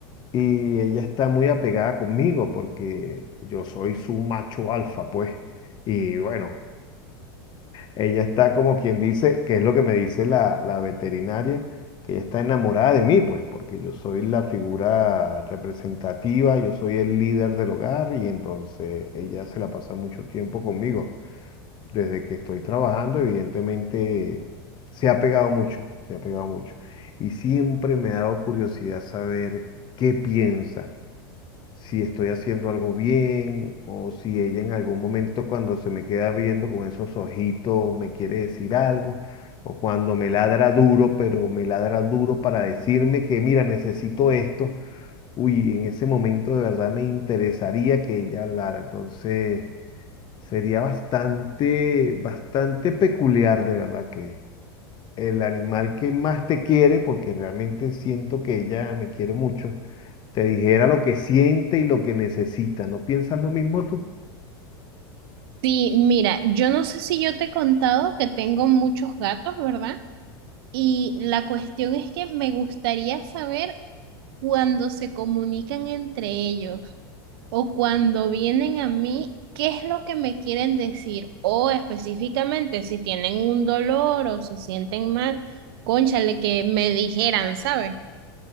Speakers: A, on the left; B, on the right.
A: y ella está muy apegada conmigo porque yo soy su macho alfa, pues. Y bueno. Ella está como quien dice, que es lo que me dice la, la veterinaria, que ella está enamorada de mí, pues, porque yo soy la figura representativa, yo soy el líder del hogar y entonces ella se la pasa mucho tiempo conmigo. Desde que estoy trabajando, evidentemente, se ha pegado mucho, se ha pegado mucho. Y siempre me ha dado curiosidad saber qué piensa si estoy haciendo algo bien o si ella en algún momento cuando se me queda viendo con esos ojitos me quiere decir algo o cuando me ladra duro, pero me ladra duro para decirme que mira, necesito esto. Uy, en ese momento de verdad me interesaría que ella hablara. Entonces sería bastante, bastante peculiar de verdad que el animal que más te quiere, porque realmente siento que ella me quiere mucho te dijera lo que siente y lo que necesita. ¿No piensas lo mismo tú?
B: Sí, mira, yo no sé si yo te he contado que tengo muchos gatos, ¿verdad? Y la cuestión es que me gustaría saber cuando se comunican entre ellos. O cuando vienen a mí, ¿qué es lo que me quieren decir? O específicamente, si tienen un dolor o se sienten mal, cónchale, que me dijeran, ¿sabes?